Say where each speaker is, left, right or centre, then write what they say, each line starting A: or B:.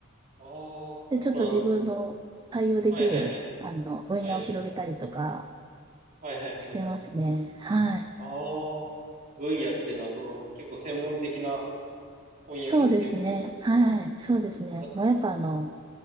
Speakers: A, on the right; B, on the right.
A: あ
B: で、ちょっと自分の対応できる、
A: あ、その、はいはいはい。
B: あの、分野を広げたりとか
A: はい。はいはいはい。
B: してますね。はい。
A: ああ、分野っていうのは、その、結構専門的な翻訳っていうことですか
B: そうですね。はい。そうですね。
A: あーたつ
B: もうやっぱあの、